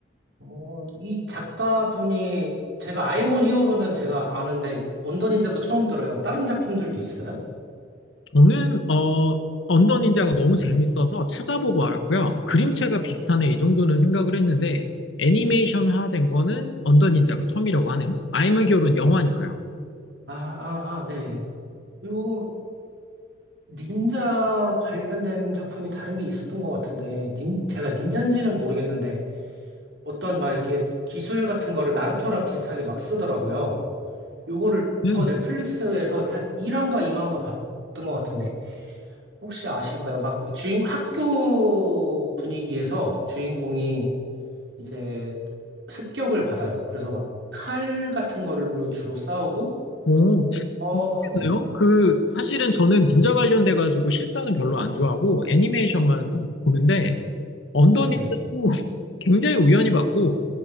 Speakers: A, on the right; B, on the left.
A: 어, 이 작가분이 제가 아이 모 히어로는 제가 아는데 원더 닌자도 처음 들어요. 다른 작품들도 있어요?
B: 저는 어 언더 닌자가 너무 재밌어서 찾아보고 알았고요. 그림체가 비슷하네 이 정도는 생각을 했는데 애니메이션화된 거는 언더 닌자가 처음이라고 하네요. 아이 엠 히어로는 영화니까요.
A: 아, 아, 아, 네. 요 닌자 관련된 작품이 다른 게 있었던 것 같은데, 닌, 제가 닌자인지는 모르겠는데, 어떤 막 이렇게 기술 같은 거를 나루토랑 비슷하게 막 쓰더라고요. 요거를
B: 음.
A: 저 넷플릭스에서 한 1화인가 2화인가 봤던 것 같은데, 혹시 아실까요? 막 주인, 학교 분위기에서 주인공이 이제 습격을 받아요. 그래서 막 칼 같은 걸로 주로 싸우고,
B: 오,
A: 어, 네.
B: 그래요? 그 사실은 저는 닌자 관련돼 가지고 실사는 별로 안 좋아하고 애니메이션만 보는데 언더
A: 네네.
B: 닌자도 <laughs> 굉장히 우연히 봤고